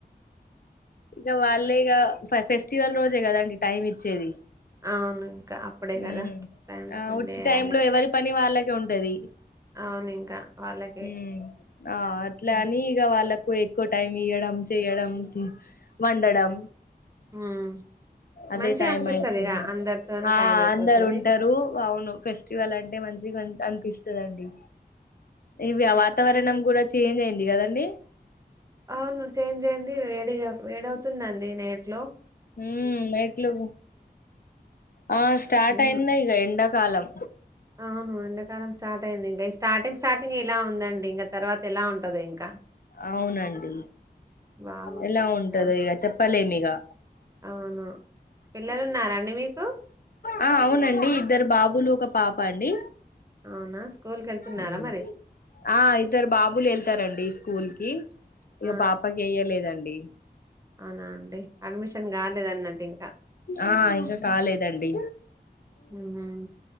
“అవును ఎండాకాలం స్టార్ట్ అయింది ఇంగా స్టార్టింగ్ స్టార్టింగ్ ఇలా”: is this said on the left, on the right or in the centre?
Right